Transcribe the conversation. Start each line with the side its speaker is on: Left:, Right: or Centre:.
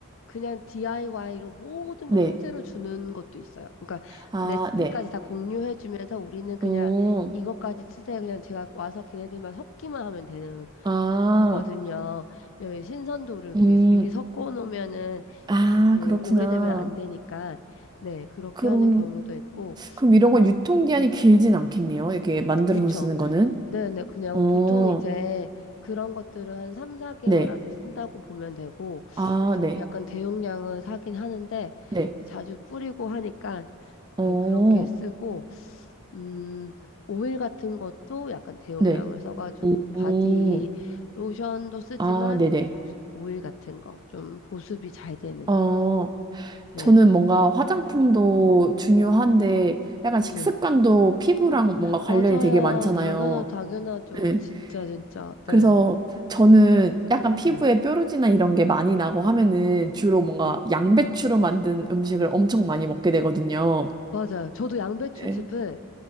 Left: 그냥 DIY로 모든
Right: 네.
Left: 거 통째로 주는 것도 있어요. 그러니까
Right: 아,
Left: 레시피까지
Right: 네.
Left: 다 공유해 주면서 우리는 그냥
Right: 음,
Left: 이것까지 쓰세요. 그냥 제가 와서 걔네들만 섞기만 하면 되는
Right: 아,
Left: 것도 있거든요. 왜냐면 신선도를
Right: 음,
Left: 위해서 미리 섞어 놓으면은
Right: 아,
Left: 이게 또
Right: 그렇구나.
Left: 오래되면 안 되니까 네, 그렇게
Right: 그럼,
Left: 하는 경우도 있고.
Right: 그럼 이런 건 유통기한이 길진 않겠네요. 이렇게 만들어서
Left: 그렇죠.
Right: 쓰는 거는.
Left: 네네, 그냥
Right: 어,
Left: 보통 이제 그런 것들을 한 3, 4개월
Right: 네.
Left: 안에 쓴다고 보면 되고,
Right: 아,
Left: 저는
Right: 네.
Left: 약간 대용량을 사긴 하는데,
Right: 네.
Left: 자주 뿌리고 하니까
Right: 어,
Left: 예, 그렇게 쓰고, 음, 오일 같은 것도 약간 대용량을
Right: 네.
Left: 써가지고, 바디
Right: 오,
Left: 로션도 쓰지만,
Right: 아, 네네.
Left: 이제 로- 오일 같은 거, 좀 보습이 잘 되는
Right: 어,
Left: 것. 네.
Right: 저는 뭔가 화장품도
Left: 음,
Right: 중요한데 약간 식습관도
Left: 네.
Right: 피부랑 뭔가 관련이
Left: 맞아요.
Right: 되게 많잖아요.
Left: 당연하, 당연하죠.
Right: 네.
Left: 진짜, 진짜.
Right: 그래서
Left: 네.
Right: 저는 약간 피부에
Left: 네.
Right: 뾰루지나 이런 게 많이 나고 하면은 주로 뭔가
Left: 네.
Right: 양배추로 만든 음식을 엄청 많이 먹게 되거든요.
Left: 맞아요. 저도 양배추즙을
Right: 네.